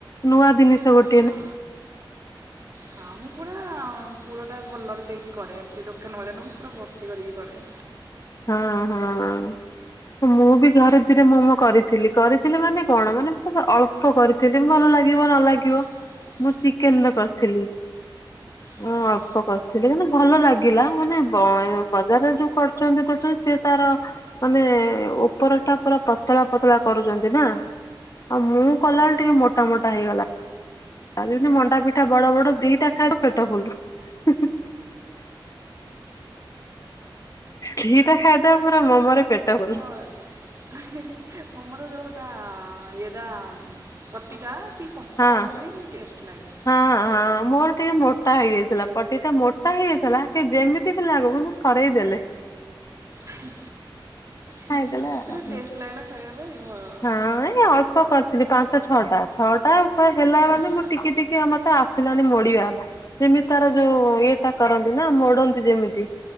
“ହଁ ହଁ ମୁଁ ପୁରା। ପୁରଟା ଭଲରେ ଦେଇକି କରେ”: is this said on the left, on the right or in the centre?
Right